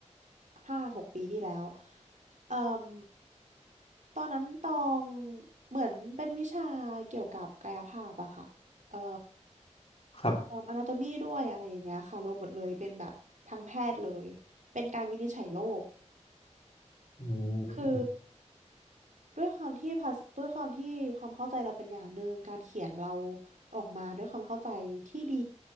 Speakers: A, on the right; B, on the left.
A: ห้าหกปีที่แล้วเอ่มตอนนั้นตองเหมือนเป็นวิชาเกี่ยวกับกายภาพอะค่ะเอ่อ
B: ครับ
A: เอ่ออนาโตมีด้วยอะไรอย่างเงี้ยค่ะรวมหมดเลยเป็นแบบทางแพทย์เลยเป็นการวินิจฉัยโรค
B: อื
A: คือ
B: ม
A: ด้วยความที่ภาษาด้วยความที่ความเข้าใจเราเป็นอย่างหนึ่งการเขียนเราออกมาด้วยความเข้าใจที่ดี